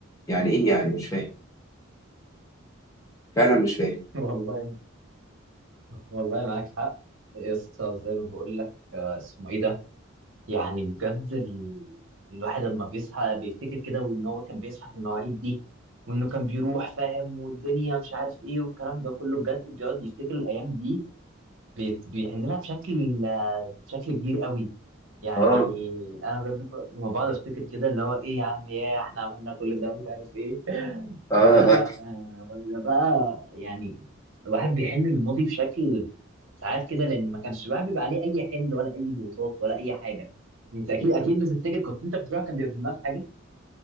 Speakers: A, on the left; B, on the right.
A: يعني ايه يعني مش فاهم فعلا مش فاهم
B: <laughs> والله والله معاك حق يا اسطى زي ما بقول لك آه، اسمه ايه ده يعني بجد ال... الواحد لما بيصحى بيفتكر كده وان هو كان بيصحى في المواعيد دي وانه كان بيروح فاهم والدنيا مش عارف ايه والكلام ده كله بجد بيقعد يفتكر الايام دي بيت بي- احنا بنلعب بشكل آه، بشكل كبير قوي يعني
A: اه
B: انا بجد ك- لما بقعد افتكر كده اللي هو ايه يا عم يا احنا عملنا كل ده مش عارف ايه <laughs>
A: اه
B: فلا لا
A: اه
B: آه، ولا بقى يعني الواحد بيحن للماضي بشكل ساعات كده لان ما كانش الواحد بيبقى عليه اي حمل ولا اي ضغوطات ولا اي حاجه انت اكيد
A: بس
B: اكيد
A: هو
B: بتفتكر كنت انت بتروح كان بيبقى في دماغك